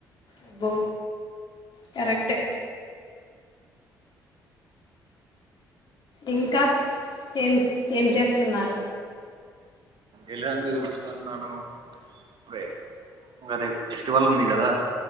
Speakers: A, on the left; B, on the right.
A: అబ్బో కరెక్టే ఇంకా ఏం ఎమ్ చేస్తున్నారు
B: ఎల్లంది ఉకుతున్నాను ఇప్పుడే ఇంకా రేప్ ఫెస్టివల్ ఉంది కదా